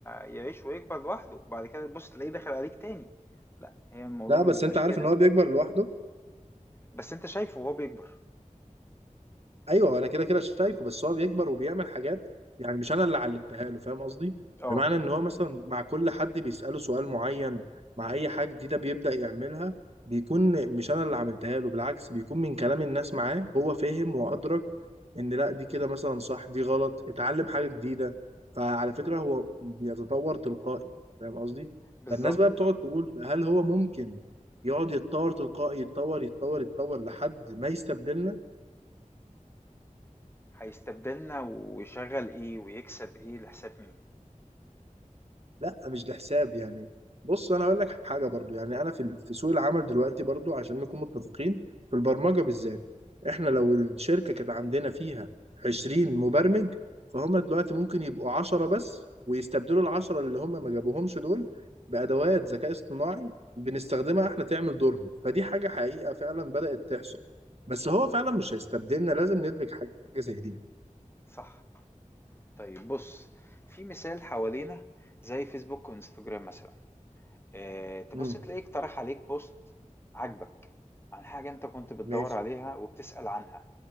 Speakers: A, on the left; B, on the right.
A: يعيش ويكبر لوحده وبعد كده تبص تلاقيه داخل عليك تاني لا هي الموضوع
B: لا
A: ما
B: بس
A: بيبقاش
B: انت عارف
A: كده
B: ان هو بيكبر لوحده
A: بس أنت شايفه وهو بيكبر
B: ايوه انا كده كده شايفه بس هو بيكبر وبيعمل حاجات يعني مش انا اللي علمتها له فاهم قصدي
A: آه،
B: بمعنى ان هو مثلا مع كل حد بيساله سؤال معين مع اي حاجه جديده بيبدا يعملها بيكون مش انا اللي عملتها له بالعكس بيكون من كلام الناس معاه هو فهم وادرك ان لا دي كده مثلا صح دي غلط اتعلم حاجه جديده فعلى فكره هو بيتطور تلقائي فاهم قصدي
A: بالضبط،
B: فالناس بقى بتقعد تقول هل هو ممكن يقعد يتطور تلقائي يتطور يتطور يتطور لحد ما يستبدلنا
A: هيستبدلنا ويشغّل إيه ويكسب إيه لحساب مين،
B: لا مش ده حساب يعني بص انا اقول لك حاجه برضو يعني انا في ال- في سوق العمل دلوقتي برضو عشان نكون متفقين في البرمجه بالذات احنا لو الشركه كانت عندنا فيها 20 مبرمج فهم دلوقتي ممكن يبقوا 10 بس ويستبدلوا العشرة اللي هم ما جابوهمش دول بادوات ذكاء اصطناعي بنستخدمها احنا تعمل دورهم فدي حاجه حقيقه فعلا بدات تحصل بس هو فعلا مش هيستبدلنا لازم ندرك حاجه زي دي
A: صح، طيب بُص، في مثال حوالينا زي فيسبوك وإنستجرام مثلًا، آآ تبُص
B: امم
A: تلاقيه اقترح عليك post عاجبك عن حاجة أنت كنت بتدوّر
B: ماشي
A: عليها وبتسأل عنها،